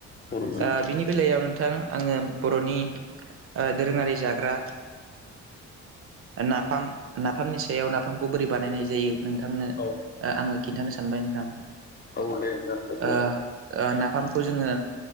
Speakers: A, on the left (about 30°); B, on the right (about 50°).
A: बर'जों
B: ओ बिनि बेलायाव नोंथां आङो बर'नि ओ दोरोङारि जा ग्रा नाफाम नाफामनि सायाव नाफामखौ बोरै बानायनाय जायो नोंथांनो ओ
A: औ
B: आङो खिन्थानो सानबाय नोंथां।
A: औ दे नोंथां
B: ओ ओ ना पामखौ जोङो